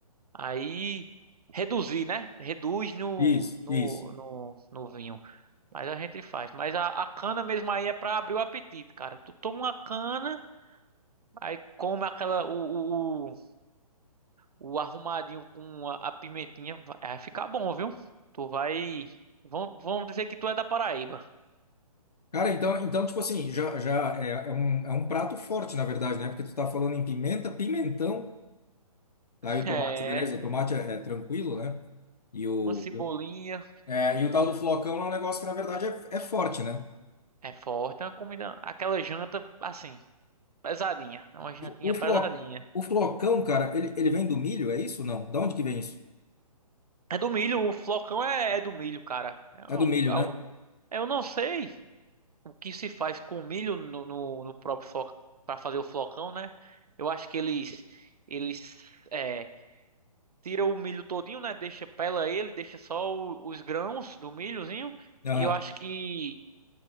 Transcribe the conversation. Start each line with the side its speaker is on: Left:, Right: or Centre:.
Right: Aí, reduzir, né? Reduz no,
Left: Isso,
Right: no,
Left: isso.
Right: no, no vinho. Mas a gente faz. Mas a, a cana mesmo aí é pra abrir o apetite, cara. Tu toma uma cana, aí come aquela, o, o, o, o arrumadinho com a, a pimentinha, vai, vai ficar bom, viu? Tu vai. Vão, vão dizer que tu é da Paraíba.
Left: Cara, então, então tipo assim, já, já é, é um, é um prato forte, na verdade, né? Porque tu tá falando em pimenta, pimentão, Aí
Right: <laughs>
Left: o tomate,
Right: É,
Left: beleza, o tomate é, é tranquilo, né? E o,
Right: uma cebolinha,
Left: eu- é, e o tal do flocão é um negócio que, na verdade, é, é forte, né?
Right: é forte, é uma comida. Aquela janta, assim. Pesadinha. É uma jantinha
Left: O, flo,
Right: pesadinha.
Left: o flocão, cara, ele, ele vem do milho, é isso? Não. Da onde que vem isso?
Right: É do milho, o flocão é, é do milho, cara. É al-
Left: É do milho,
Right: al-
Left: né?
Right: eu não sei o que se faz com milho no, no, no próprio flocão, para fazer o flocão, né? Eu acho que eles, eles é, tiram o milho todinho, né? Deixa, pela ele, deixa só o- os grãos do milhozinho.
Left: Aham.
Right: E eu acho que